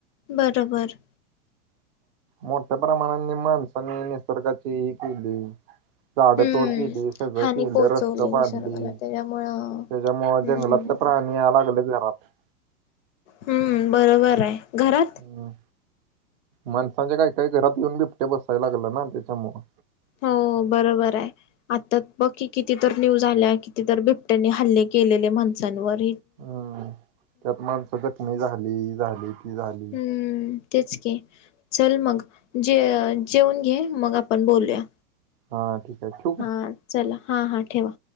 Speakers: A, on the left; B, on the right.
A: बरं बरं
B: मोठ्या प्रमाणाने माणसाने निसर्गाची ही केली झाड
A: हम्म
B: तोड केली सगं
A: हानी
B: केलं
A: पोहोचवली
B: रस्त
A: निसर्गाला
B: बांधली
A: त्याच्यामुळं
B: त्याच्यामुळ जंगलात
A: हम्म
B: प्राणी <inaudible>
A: हम्म बरोबर आहे घरात
B: हम् माणसांच्या काय काही घरात येऊन बिबट्या बसायला लागलं ना त्याच्यामुळं
A: हो बरोबर आहे आता बघकीी कितीतर न्यूज आल्या कितीतर बिबट्यांनी हल्ले केलेले माणसांवर
B: हम्म त्यात माणसं जखमी झाली झाली ती झाली
A: हम्म तेच क चल मग जे जेवन घे मग आपण बोलूया
B: हा ठीक आहे ठेऊ
A: हा
B: का
A: चला हां हां ठेवा